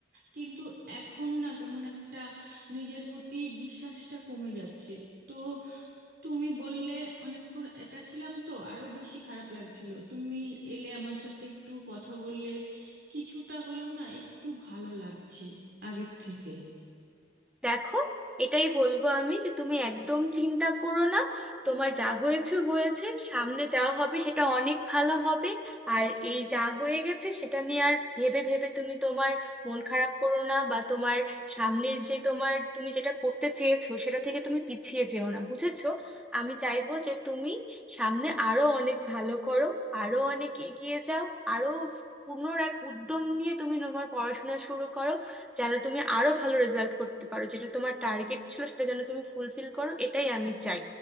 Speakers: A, on the right; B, in the centre.
A: কিন্তু এখন না কেমন একটা নিজের প্রতি বিশ্বাসটা কমে যাচ্ছে তো তুমি বললে অনেকক্ষণ একা ছিলাম তো আরো বেশি খারাপ লাগছিল তুমি এলে আমার সাথে একটু কথা বললে কিছুটা হলেও না একটু ভালো লাগছে আগের থেকে
B: দেখো এটাই বলবো আমি যে তুমি একদম চিন্তা করো না তোমার যা হয়েছে হয়েছে সামনে যা হবে সেটা অনেক ভালো হবে আর এই যা হয়ে গেছে সেটা নিয়ে আর ভেবে ভেবে তুমি তোমার মন খারাপ করো না বা তোমার সামনের যে তোমার তুমি যেটা করতে চেয়েছো সেটা থেকে তুমি পিছিয়ে যেও না বুঝেছো আমি চাইবো যে তুমি সামনে আরো অনেক ভালো করো আরো অনেক এগিয়ে যাও আরো পূর্ণ এক উদ্যম নিয়ে তুমি তোমার পড়াশোনা শুরু করো যেন তুমি আরো ভালো রেজাল্ট করতে পারো যেটা তোমার টার্গেট ছিল সেটা যেন তুমি ফুলফিল করো এটাই আমি চাই